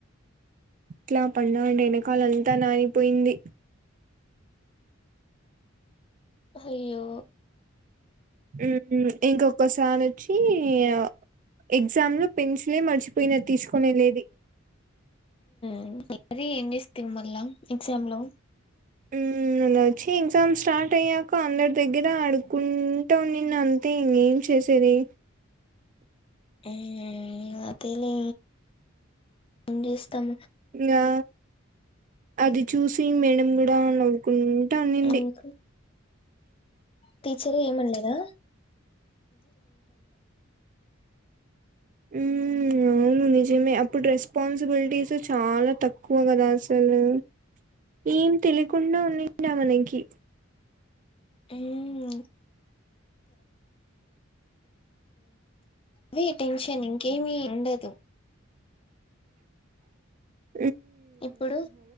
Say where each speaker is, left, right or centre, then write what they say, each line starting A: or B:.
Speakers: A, on the right; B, on the left.
A: ఎట్లా పడిన అంటే వెనకాల అంతా నానిపోయింది
B: హయ్యో
A: ఉ మ్ ఇంకొక స వానొచ్చీ అ ఇ ఎగ్జామ్లో లో పెన్సిలే మచిపోయినా తీసుకు కొనేది లేది
B: మ్ మరి ఏం చేస్తివి మల్ల ఎక్జామ్ లో
A: ఉ అలా వచ్చి ఎగ్జామ్ స్టార్ట్ అయ్యాక అందర దగ్గర అడుకుంటా ఉన్నిన అంతే ఇంకేమి చేసేది
B: మ్ అదేలే ఏం చేస్తాం
A: ఇంకా అది చూసి మేడం కూడా నవ్వుకున్ అట్ట అనింది
B: ఇంకా టీచర్ ఏమనలేదా
A: మ్ అవును నిజమే అప్పుడు రెస్పాన్సిబిలిటీస్ చాలా తక్కువ కదా అసలు ఏం తెలియకుండా ఉనిన్నే మనకి
B: మ్ వే టెన్షన్ ఇంకేమి ఉండదు
A: అ
B: ఇప్పుడు